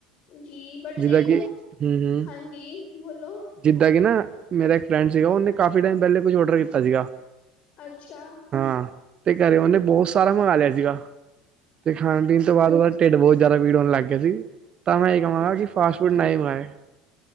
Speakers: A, on the left; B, on the right.
A: ਜੀ, ਬਟ
B: ਜਿੱਦਾਂ
A: ਦੇਖੋ,
B: ਕਿ ਹੂੰ ਹੂੰ
A: ਹਾਂਜੀ ਬੋਲੋ
B: ਜਿੱਦਾਂ ਕਿ ਨਾ, ਮੇਰਾ ਇੱਕ ਫਰੈਂਡ ਸੀਗਾ ਉਹਨੇ, ਕਾਫੀ ਟਾਈਮ ਪਹਿਲੇ ਕੁਛ, ਔਡਰ ਕੀਤਾ ਸੀਗਾ
A: ਅੱਛਾ।
B: ਹਾਂ ਤੇ, ਘਰੇ ਉਹਨੇ ਬਹੁਤ ਸਾਰਾ ਮੰਗਵਾ ਲਿਆ ਸੀਗਾ, ਤੇ ਖਾਣ -ਪੀਣ ਤੋਂ ਬਾਅਦ ਉਹਦਾ ਢਿੱਡ, ਬਹੁਤ ਜ਼ਿਆਦਾ ਪੀੜ ਹੋਣ ਲੱਗ ਗਿਆ ਸੀ। ਤਾਂ ਮੈਂ ਇਹ ਕਹਾਂਗਾ ਕਿ, ਫਾਸਟ ਫੂਡ ਨਾ ਹੀ ਖਾਏ